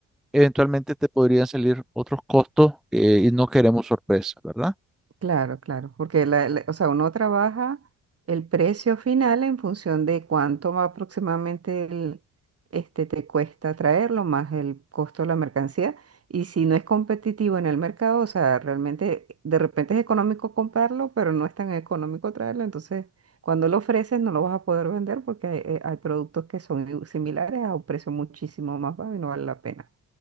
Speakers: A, in the centre; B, on the right (about 40°).
A: eventualmente te podrían salir otros costos eh, y no queremos sorpresa, ¿verdad?
B: Claro, claro, porque la- la- o sea, uno trabaja el precio final en función de cuánto va aproximadamente el- este, te cuesta traerlo, más el costo de la mercancía. Y si no es competitivo en el mercado, o sea, realmente de repente es económico comprarlo, pero no es tan económico traerlo. Entonces, cuando lo ofreces, no lo vas a poder vender porque hay, eh, hay productos que son similares a un precio muchísimo más bajo y no vale la pena,